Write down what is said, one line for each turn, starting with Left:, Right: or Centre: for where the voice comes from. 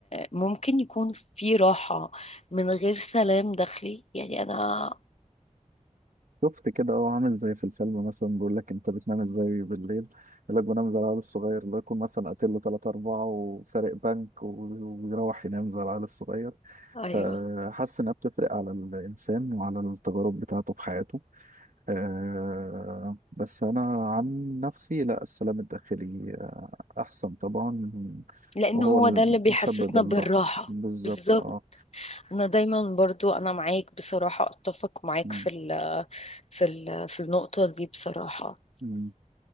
Left: ممكن يكون في راحة من غير سلام داخلي يعني انا
Right: شفت كده أه عامل زي في الفيلم مثلا بيقول لك أنت بتنام إزاي بالليل يقول لك بنام زي العيال الصغير اللي يكون مثلا قاتل له تلاتة أربعة وسارق بنك و- وبيروح ينام زي العيال الصغير
Left: ايوه
Right: فحاسس إنها بتفرق على الإنسان وعلى التجارب بتاعته في حياته أه بس أنا عن نفسي لا السلام الداخلي آه، أحسن طبعا
Left: لان
Right: وهو
Left: هو
Right: المسبب
Left: ده اللي بيحسسنا
Right: الراحة
Left: بالراحة
Right: بالظبط
Left: بالظبط
Right: اه
Left: انا دايما برضو انا معاك بصراحة اتفق معاك
Right: مم.
Left: في ال في ال في النقطة دي بصراحة
Right: مم.